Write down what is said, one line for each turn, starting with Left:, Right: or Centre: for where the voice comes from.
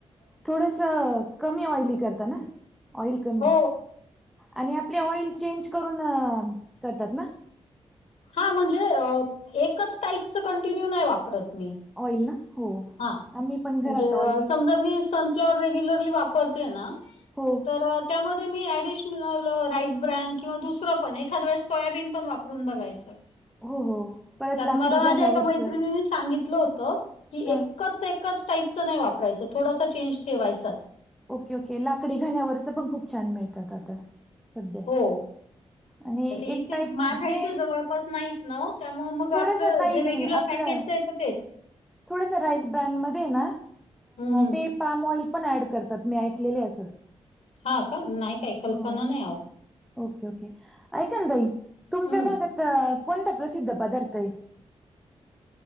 Centre: थोडस कमी ऑइली करता ना ऑइल कमी
Left: हो
Centre: आणि आपले ऑइल चेंज करून करतात ना
Left: हा म्हणजे एकच टाईपच कंटिन्यू नाही वापरत मी
Centre: ऑइल ना हो
Left: हा म्हणजे
Centre: आम्ही पण घरात ऑइल
Left: समजा मी फ्लॉर रेग्युलरली वापरते ना
Centre: हो
Left: तर त्यामध्ये मी ऍडिशनल राईस ब्रॅड किंवा दुसरं पण एखाद वेळेस सोयाबीन पण वापरून बघायचं
Centre: हो हो परत
Left: कारण
Centre: लाकडी
Left: मला माझ्या
Centre: घाण्यावरचं
Left: एका मैत्रिणीनीी सांगितलं होत की
Centre: हा
Left: एकच एकच टाईपचं नाही वापरायचं थोडासा चेंज ठेवायचाच
Centre: ओके ओके लाकडी घाण्यावरच पण खूप छान मिळतात आता सध्या
Left: हो.
Centre: आणि
Left: तर ते
Centre: एक
Left: इथे
Centre: टाईप
Left: माझ्या
Centre: जे
Left: इथे जवळपास नाहीत नव त्यामुळे मग
Centre: थोडस
Left: आपलं
Centre: ताई
Left: जे रेग्युलर
Centre: आपलं
Left: पॅकेटचं आहेेतं तेच
Centre: थोडस राईस ब्रँड म ना
Left: हं, हं.
Centre: ते पाम ऑइल पण ॲड करतात मी ऐकलेले असं
Left: हा का नाही काय कल्पना
Centre: हो
Left: नाही आ
Centre: ओके ओके ऐकई तुमच्या
Left: हं.
Centre: भागात कोणता प्रसिद्ध पदार्थ आहे